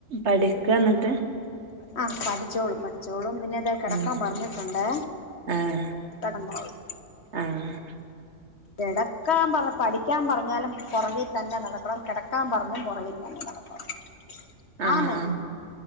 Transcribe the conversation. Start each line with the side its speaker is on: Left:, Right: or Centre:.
Right: പഠിക്കന്നിട്ട്
Left: ആ പഠിച്ചോളും പഠിച്ചോളും പിന്നെ ദേ കെടക്കാൻ
Right: ഉം
Left: പറഞ്ഞിട്ടുണ്ടേ
Right: ആഹ്
Left: കെടന്നോളും
Right: ആഹ്
Left: കെടക്കാൻ പറഞ്ഞ് പഠിക്കാൻ പറഞ്ഞാലും പുറകെ തന്നെ നടക്കണം കിടക്കാൻ പറഞ്ഞും പൊറകിൽ <inaudible>
Right: ആഹ്
Left: ആന്നേ